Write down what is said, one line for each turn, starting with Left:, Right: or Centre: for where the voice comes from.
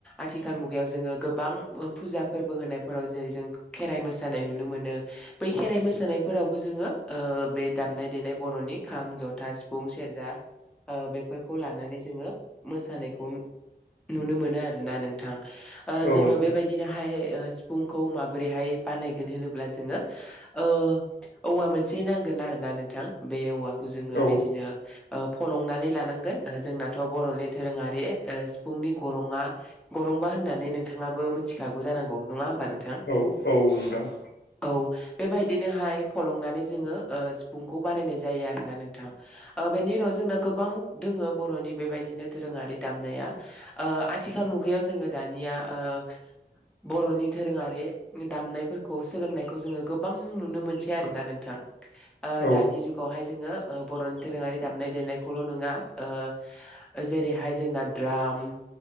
Centre: आथिखाल मुगायाव जोङो गोबां फुजा फोरबो होनायफोराव जेरै जों खेराय मोसानाय नुनो मोनो बै खेराइ मोसानायफोरावबो जोङो ओ बे दामनाय देनाय बरनि खाम, जथा, सिफुं, सेरजा ओ बेफोरखौ लानानै जोङो मोसानायखौ नुनो मोनो आरोना नोंथां ओ
Left: औ
Centre: जोङो
Left: नोंथां
Centre: बेबायदिनोहाय ओ सिफुंखौ माबोरैहाय बानायगोन होनोब्ला जोङो ओ औवा मोनसे नांगोन आरो ना नोंथां बे औवा जोंनो
Left: औ
Centre: बिदिनो ओ फलंनानै लोनांगोन ओ जोंनाथ बरनि धोरोङारि ओ सिफुंनि गरङा गरंबा होननानै नोंथाङाबो मिथिखागौ जानांगौ नङा होमबा नोंथां?
Left: औ नोंथां ।
Centre: औ बेबायदिनोहाय फलंनानै जोङो ओ सिफुंखौ बानायनाय जायो आरो ना नोंथां । ओ बेनि उनाव जोंना गोबां दोङो बरनि बेबायदिनो दोरोङारि दामनाया ओ आथिखाल मुगायाव जोङो दानिया ओ बरनि धोरोङारि दामनायफोरखौ सोलोंनायखौ जोङो गोबां नुनो मोनसै आरोना नोंथां । ओ
Left: औ
Centre: दानि जुगावहाय जोङो बरनि दोरोङारि दामनाय देनायखौल नोङा ओ जेरैहाय जोंना द्राम